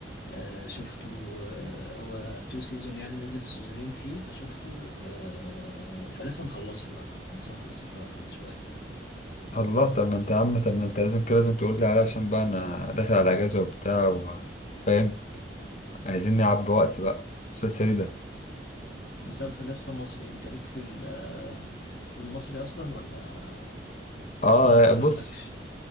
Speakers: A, on the left (about 60°); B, on the left (about 40°).
A: آه، شفته آه، هو تو سيزون يعني نزل سيزونين فيه فشفته آه، فلسه مخلصه بقى لسه مخلصه دلوقتي من شويه
B: الله طب ما انت يا عم طب ما انت لازم كده لازم تقول لي عليه عشان بقى انا داخل على اجازه وبتاع و... فاهم عايزين نعبي وقت بقى مسلسلي ده
A: مسلسل لسه مصري انت ليك في ال- آه، في المصري اصلا ولا
B: اه
A: ولا ولا
B: بص
A: مالكش